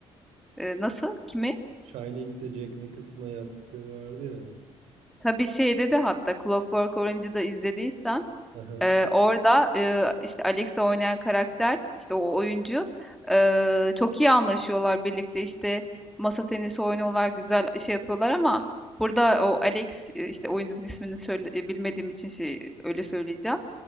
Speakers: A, in the centre; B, on the right.
A: Ee, nasıl? Kimi?
B: Shining'de Jack Nicholson'a yaptıkları vardı ya.
A: Tabii şeyde de hatta Clockwork Orange'ı da izlediysen
B: Aha.
A: e, orada e, işte Alex'i oynayan karakter işte o oyuncu e, çok iyi anlaşıyorlar birlikte işte masa tenisi oynuyorlar güzel şey yapıyorlar ama burada o Alex e, işte oyuncunun ismini söyle, e, bilmediğim için şey öyle söyleyeceğim.